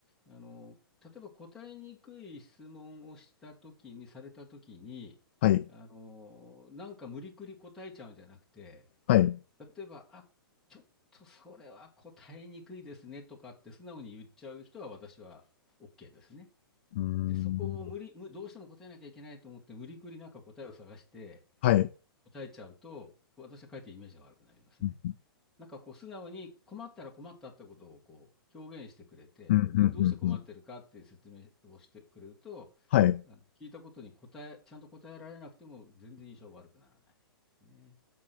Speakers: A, in the centre; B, on the left (about 30°).
A: あの、例えば答えにくい質問をしたときに、されたときに、
B: はい、
A: あの、なんか無理くり答えちゃうんじゃなくて、
B: はい。う
A: 例えば、あ、ちょっとそれは答えにくいですねとかって素直に言っちゃう人は私は OK ですね。
B: ーん。
A: で、そこを無理、むどうしても答えなきゃいけないと思って、無理くりなんか答えを探して、
B: はい。
A: 答えちゃうと、私はかえってイメージが悪くなりますね。
B: うん、
A: なんかこう素直に困ったら困ったってことをこう表現してくれて、
B: うん、うん、
A: で、どうして困ってるかっていう説明をしてくれると、
B: うん。はい。
A: あの聞いたことに答え、ちゃんと答えられなくても全然印象悪くならないですね。